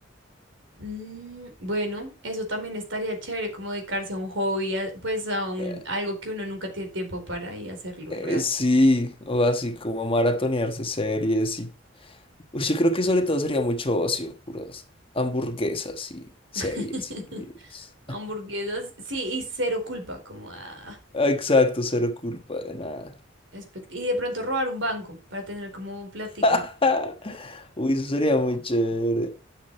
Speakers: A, on the right (about 70°); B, on the left (about 30°).
A: Mm, bueno, eso también estaría chévere, como dedicarse a un hobby, a- pues a un,
B: Eh,
A: algo que uno nunca tiene tiempo para y hacerlo
B: eh,
A: real.
B: sí, o así como maratonearse series y... Uy, yo creo que sobre todo sería mucho ocio, puras hamburguesas y series
A: <laughs>
B: y libros.
A: Hamburguesas, sí, y cero culpa, como ah,
B: Ah, Exacto, cero culpa de nada.
A: espect- y de pronto robar un banco para tener como plática.
B: <laughs> Uy, eso sería muy chévere.